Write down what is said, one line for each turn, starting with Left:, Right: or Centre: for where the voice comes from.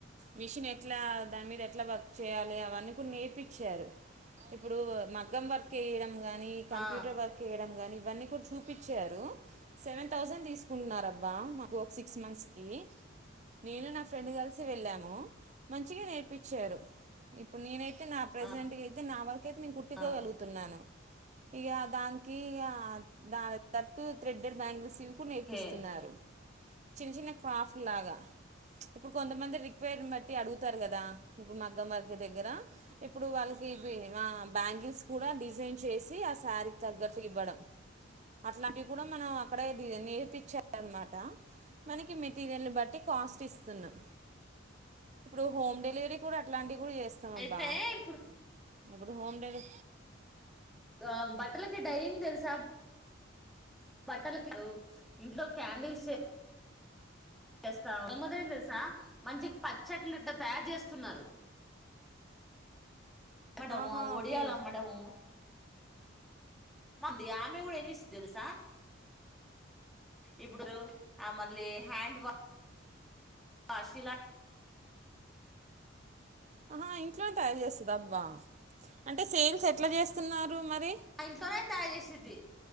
Right: మిషనేట్లా దాని మీదేట్లా వర్క్ చేయాలి అవన్నీ కూడా నేరుపిచ్. ఇచ్చారు ఇప్పుడు మగ్గం వర్కేయడం కానీ కంప్యూటర్
Centre: ఆ
Right: వర్కేయడం కానీ. ఇవన్నీ కూడా చూపించారు సెవెన్ థౌసండ్ తీస్కుంటున్నారబ్బా మాకు ఒక సిక్స్ మంత్స్కి. నేను నా ఫ్రెండ్ కల్సేళ్ళాము మంచిగా నేర్పంచారు. ఇప్పుడు నేనైతే నా ప్రెసెంట్కైతే
Centre: ఆ
Right: నా వరకు. అయితే నేను కుట్టుకోగల్గుతున్నాను
Centre: ఆ,
Right: ఇగ దానికి ఇగా. దాని తట్టు థ్రెడ్డేడ్ బ్యాంగిల్సివి కూడా
Centre: ఓకే
Right: నేర్పిస్తున్నారు. చిన్న చిన్న క్రాఫ్ట్ లాగా ప్చ్ ఇప్పుడ్కొంతమంది రిక్వైర్ బట్టి అడ్గుతారు కదా. ఇప్పుడు మగ్గం వార్క్ దగ్గర ఇప్పుడు వాళ్ళకి ఇవి మా బ్యాంగిల్స్. కూడా డిజైన్ చేసి ఆ సారీకి తగ్గట్టువ్వడం. అట్లాంటివి కూడా మనం అక్కడే నేర్పించారన్నమాట. మనకి మెటీరియల్ బట్టి కాస్టిస్తున్నాం. ఇప్పుడు హోమ్ డెలివరీ కూడా అట్లాంటివి కూడా చేస్తామబ్బా.
Centre: అయితే ఇప్పుడు
Right: ఇప్పుడు హోమ్ డెలి.
Centre: ఆహ్ బట్టలకి డైనింగ్ తెల్సా. బట్టలకు ఇప్పుడు ఇంట్లో క్యాండిల్సే. చేస్తా <unintelligible> తెల్సా మంచిగా పచ్చట్లు ఇట్లా తయారు చేస్తున్నారు. మనమా
Right: ఆహా
Centre: ఒడియాలమ్మడమో.
Right: ఓకే
Centre: మనది ఆమే కూడా ఏం జేస్తద్ది తెల్సా. ఇప్పుడు ఆ మళ్ళీ హ్యాండ్ వా అసిలా
Right: ఆహా ఇంట్లోనే తయారు చేస్తదబ్బా అంటే సేల్సేట్లా చేస్తున్నారు మరి
Centre: ఆ ఇంట్లోనే తయారుచేసిద్ది